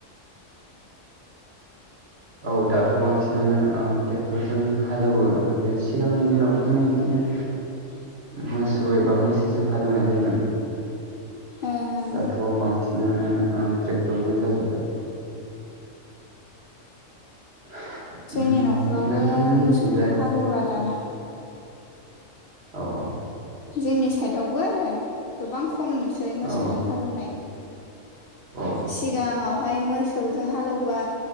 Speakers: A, on the right (about 55°); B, on the left (about 60°).
A: औ दाथ' बांसिनानो ट्रेक्टरजों हालेवो ओमफ्राय सिगांनि दिनावथ' जोङो इदिनो
B: <inaudible>
A: मोसौ
B: ओं
A: एबा मैसोजों हालेवनाय जायोमोन।
B: ओं ओं
A: दाथ' बांसिनानो ट्रेक्टरजों जाजोब्बाय। <inaudible>
B: जोंनि
A: उम
B: न'खरावबो
A: नोंथांमोननिथिंजाय
B: मोसौजों हालेवला दाना।
A: औ औ
B: जोंनि साइदावबो आरो गोबां खम नुसै मोसौजों
A: औ
B: हालौनाय।
A: औ
B: सिगाङावहाय मोस मोथौजों हालौवबा